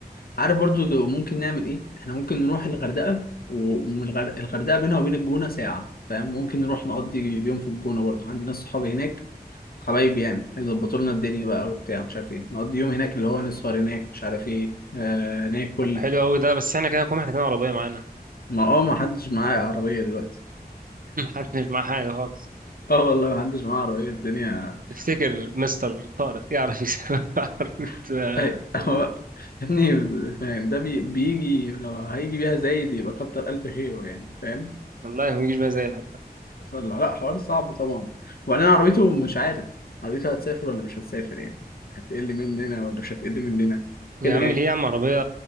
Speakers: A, on the left (about 65°); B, on the right (about 55°).
A: عارف برضو دو- ممكن نعمل ايه احنا ممكن نروح الغردقه والغردقه بينها وبين الجونه ساعه فاهم ممكن نروح نقضي اليوم في الجونه برضو عندي ناس صحابي هناك حبايبي يعني يظبطوا لنا الدنيا بقى وبتاع مش عارف ايه نقضي يوم هناك اللي هو نسهر هناك مش عارف ايه آه ناكل
B: طب حلو أوي ده بس احنا كده كنا محتاجين عربية معانا
A: ما اه ما حدش معايا عربية دلوقتي
B: <laughs> محدش معاه حاجة خالص
A: اه والله ما حدش معاه عربية الدنيا
B: تفتكر مستر طارق يعرف يسافر <laughs> عربية
A: <laughs>
B: آه،
A: أي- هو
B: أبوه
A: يا ابني فاهم ده بي... بيجي لو هيجي بيها زايد يبقى كتر ألف خيره يعني فاهم
B: والله ما يجيش بقى زي حتى
A: فلا لا، حوار صعب طبعا وبعدين عربيته مش عارف عربيته هتسافر ولا مش هتسافر يعني هتقل مننا ولا مش هتقل مننا كده
B: يا عم
A: يعني
B: ليه يا عم عربية